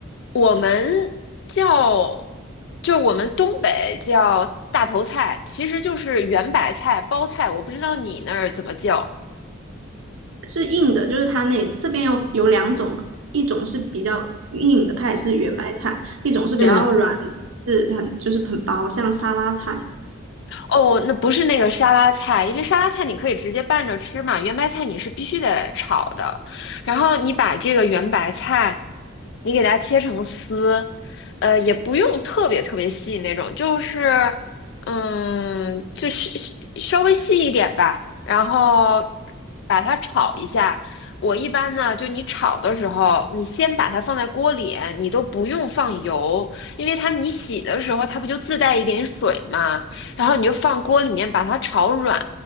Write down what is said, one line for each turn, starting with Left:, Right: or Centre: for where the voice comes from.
Left: 我们叫，就我们东北叫大头菜，其实就是圆白菜、包菜，我不知道你那儿怎么叫，
Right: 是硬的，就是它那这边有有两种，一种是比较硬的，它也是圆白菜；一种是比较软的是很就是很薄，
Left: 嗯。
Right: 像沙拉菜。
Left: 哦，那不是那个沙拉菜，因为沙拉菜你可以直接拌着吃嘛，圆白菜你是必须得炒的。然后你把这个圆白菜，你给它切成丝，呃，也不用特别特别细那种，就是嗯，就是稍微细一点吧。然后把它炒一下。我一般呢，就你炒的时候，你先把它放在锅里，你都不用放油，因为它你洗的时候它不就自带一点水嘛。然后你就放锅里面把它炒软，